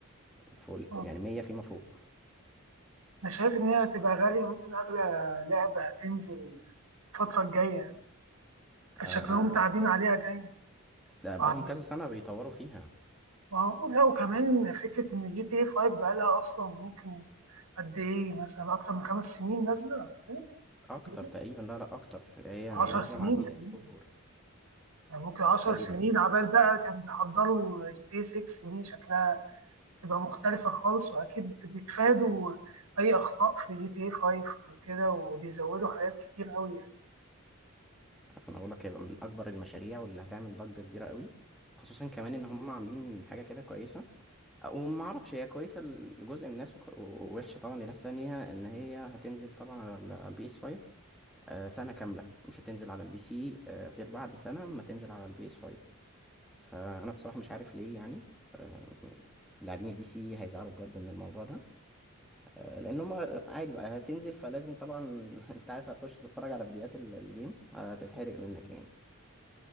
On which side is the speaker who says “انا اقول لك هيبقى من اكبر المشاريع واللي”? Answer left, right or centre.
Centre